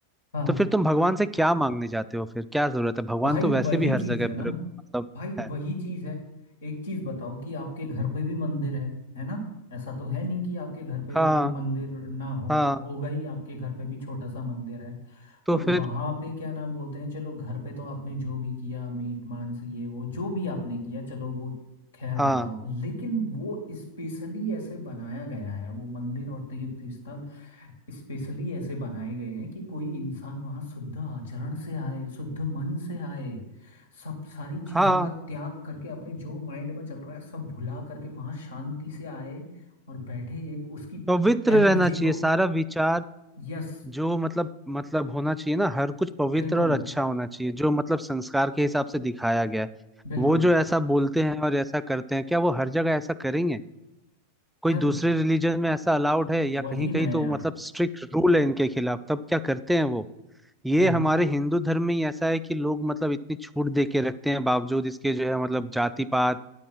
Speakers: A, on the left; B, in the centre.
A: हाँ
B: तो फिर तुम भगवान से क्या मांगने जाते हो फिर क्या जरूरत है भगवान
A: भाई
B: तो वैसे
A: वही
B: भी हर
A: चीज
B: जगह
A: है ना
B: पर मतलब
A: भाई
B: है
A: वही चीज है एक चीज बताओ कि आपके घर पे भी मंदिर है है ना ऐसा तो है नहीं कि आपके घर पे
B: हाँ
A: कोई मंदिर ना हो
B: हाँ
A: होगा ही आपके घर पे भी छोटा सा मंदिर है
B: तो
A: तो
B: फिर
A: वहां पे क्या नाम बोलते हैं चलो घर पे तो आपने जो भी किया मीट मांस ये वो जो भी आपने किया चलो वो खैर
B: हाँ
A: हटाओ लेकिन वो स्पेशली ऐसे बनाया गया है वो मंदिर और तीर्थ स्थल स्पेशली ऐसे बनाए गए हैं कि कोई इंसान वहां शुद्ध आचरण से आए शुद्ध मन से आए सब सारी चीजों
B: हाँ
A: का त्याग करके अपने जो माइंड में चल रहा है सब भुला करके वहां शांति से आए और बैठे एक उसकी
B: पवित्र
A: एनर्जी
B: रहना चाहिए
A: को
B: सारा विचार
A: यस
B: जो मतलब मतलब होना चाहिए ना हर कुछ पवित्र
A: बिल्कुल
B: और अच्छा होना चाहिए जो मतलब संस्कार के हिसाब से दिखाया गया है
A: बिल्कुल
B: वो जो ऐसा बोलते हैं और ऐसा करते हैं क्या वो हर जगह ऐसा करेंगे कोई
A: यार
B: दूसरे रिलीजन में ऐसा अलाउड है या
A: वही
B: कहीं कहीं
A: ना यार
B: तो मतलब स्ट्रिक्ट रूल है इनके खिलाफ तब क्या करते हैं वो ये
A: नहीं
B: हमारे हिंदू धर्म में ही ऐसा है कि लोग मतलब इतनी छूट दे के रखते हैं बावजूद इसके जो है मतलब जाति पात